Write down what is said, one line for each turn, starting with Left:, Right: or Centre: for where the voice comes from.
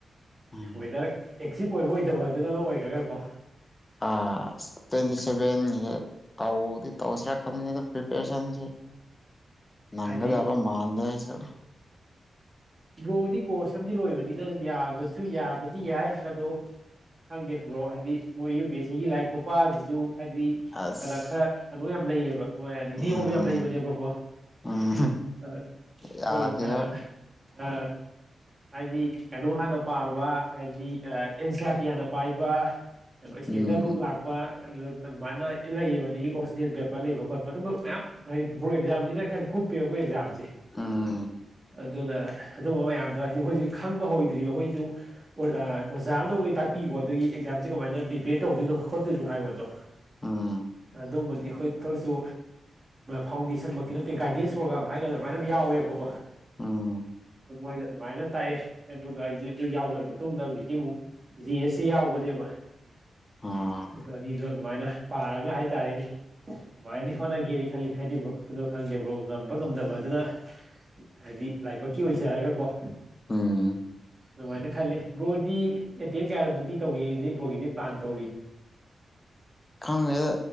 Left: ꯎꯝ
Right: ꯋꯦꯗꯔ ꯑꯦꯆꯤꯚ ꯑꯣꯏꯕ ꯑꯣꯏꯗꯕ ꯍꯥꯏꯗꯨꯅ ꯑꯃꯥ ꯑꯣꯏꯒ꯭ꯔꯒ ꯀꯣ
Left: ꯑꯥ ꯇ꯭ꯋꯦꯟꯇꯤ ꯁꯦꯚꯦꯟꯒꯤꯇꯧꯗꯤ ꯇꯧꯁꯤꯔ ꯈꯟꯕꯅꯤꯗ ꯄ꯭ꯔꯤꯄꯔꯦꯁꯟꯁꯦ ꯅꯪꯒꯗꯕ
Right: ꯍꯥꯏꯗꯤ
Left: ꯃꯥꯟꯗꯦ ꯑꯩꯁꯨ
Right: ꯕ꯭ꯔꯣꯗꯤ ꯀꯣꯔꯁ ꯑꯝꯗꯤ ꯂꯣꯏꯕꯅꯤꯅ ꯑꯗꯨꯝ ꯌꯥꯕꯁꯨ ꯌꯥꯕꯗꯤ ꯌꯥꯏ ꯑꯗꯣ ꯈꯪꯗꯦ ꯕ꯭ꯔꯣ ꯍꯥꯏꯗꯤ ꯃꯣꯏ ꯌꯨ ꯄꯤ ꯑꯦꯁ ꯁꯤꯒꯤ ꯂꯥꯏꯔꯤꯛ ꯈꯨꯄꯥꯖꯤꯖꯨ ꯍꯥꯏꯗꯤ
Left: ꯑꯁ
Right: ꯈꯔ ꯈꯔ ꯀꯅꯣ ꯌꯥꯝ ꯂꯩꯌꯦꯕ ꯍꯣꯏ ꯅꯤꯌꯣꯝ
Left: ꯎꯝ
Right: ꯌꯥꯝ ꯂꯩꯕꯅꯦꯕꯀꯣ
Left: ꯎꯝ
Right: ꯑꯩꯈꯣꯢꯅ
Left: ꯌꯥꯗꯦꯕ
Right: ꯑꯥ ꯍꯥꯏꯗꯤ ꯀꯩꯅꯣ ꯍꯥꯟꯅ ꯄꯥꯕ ꯍꯥꯏꯗꯤ ꯑꯦꯟ ꯁꯤ ꯑꯥꯔ ꯇꯤ ꯍꯥꯟꯅ ꯄꯥꯏꯕ ꯀꯩꯅꯣ ꯏꯁꯇꯦꯟꯗꯔꯕꯨꯛ
Left: ꯎꯝ
Right: ꯂꯥꯛ ꯄ ꯑꯗꯨꯃꯥꯏꯅ ꯂꯩꯌꯦꯕ ꯑꯗꯒꯤ ꯑꯣꯐꯁꯅꯦꯜ ꯄꯦꯄꯔ ꯂꯩꯕ ꯈꯣꯠꯄ ꯑꯗꯨꯝꯕ ꯃꯌꯥꯝ ꯍꯥꯏꯗꯤ ꯕ꯭ꯔꯣ ꯑꯦꯛꯖꯥꯝꯖꯤꯅ ꯈꯔꯗꯤ ꯀꯨꯞꯄꯦꯕ ꯃꯣꯏ ꯑꯦꯛꯖꯥꯝꯖꯦ
Left: ꯎꯝ
Right: ꯑꯗꯨꯅ ꯑꯗꯨꯝꯕ ꯃꯌꯥꯝꯗꯣ ꯍꯥꯏ ꯑꯩꯈꯣꯏꯗꯤ ꯈꯪꯕ ꯍꯧꯗ꯭ꯔꯤꯕ ꯑꯩꯈꯣꯏꯖꯨ ꯑꯣ ꯑꯣꯖꯥ ꯑꯝꯅꯕꯨꯗꯤ ꯇꯥꯛꯄꯤꯀꯣ ꯑꯗꯨꯒꯤ ꯑꯦꯛꯖꯥꯝꯖꯦ ꯀꯃꯥꯏꯅ ꯄ꯭ꯔꯤꯄꯦꯌꯔ ꯇꯧꯗꯣꯏꯅꯣ ꯈꯣꯠꯇꯣꯏꯅꯣ ꯍꯥꯏꯕꯗꯣ
Left: ꯎꯝ
Right: ꯑꯗꯨꯕꯨꯗꯤ ꯑꯩꯈꯣꯏ <unintelligible> ꯁꯨ ꯐꯥꯎꯟꯗꯦꯁꯟꯃꯛꯇꯤ ꯅꯠꯇꯦ ꯒꯥꯏꯗꯦꯟꯁ ꯄ꯭ꯔꯣꯒꯥ꯭ꯔꯝ ꯍꯥꯏꯒꯗ꯭ꯔ ꯑꯗꯨꯃꯥꯏꯅ ꯑꯃꯥ ꯌꯥꯎꯋꯦꯕꯀꯣ
Left: ꯎꯝ
Right: ꯃꯣꯏꯅ ꯑꯗꯨꯃꯥꯏꯅ ꯇꯥꯛꯑꯦ ꯑꯗꯨꯒ ꯑꯩꯖꯦ ꯑꯗꯨ ꯌꯥꯎ ꯂꯣꯏꯔ ꯃꯇꯨꯡꯗ ꯍꯧꯖꯤꯛꯇꯤ ꯑꯃꯨꯛ ꯖꯤ ꯑꯦꯁ ꯁꯤ ꯌꯥꯎꯕꯅꯦꯕ
Left: ꯑꯥ
Right: ꯑꯗꯨ ꯑꯅꯤꯗꯣ ꯑꯗꯨꯃꯥꯏꯅ ꯄꯥꯔꯒ ꯍꯥꯏꯇꯥꯔꯦꯅꯦ ꯃꯥꯏꯅꯗꯤ ꯍꯣꯠꯅꯒꯦꯅꯤ ꯈꯜꯂꯤ ꯍꯥꯏꯗꯤ <unintelligible> ꯈꯪꯗꯦ ꯕ꯭ꯔꯣ ꯉꯝꯕ ꯉꯝꯗꯕ ꯑꯗꯨꯅ ꯍꯥꯏꯗꯤ ꯂꯥꯏꯕꯛꯀꯤ ꯑꯣꯏꯖꯔꯒꯀꯣ
Left: ꯎꯝ
Right: ꯑꯗꯨꯃꯥꯏꯅ ꯈꯜꯂꯤ ꯕ꯭ꯔꯣꯗꯤ ꯑꯦꯇꯦꯝꯇ ꯀꯌꯥꯔꯛꯃꯨꯛꯇꯤ ꯇꯧꯒꯦꯗꯤ ꯕ꯭ꯔꯣꯒꯤꯗꯤ ꯄ꯭ꯂꯥꯟ ꯇꯧꯔꯤ
Left: ꯈꯪꯗꯦꯗ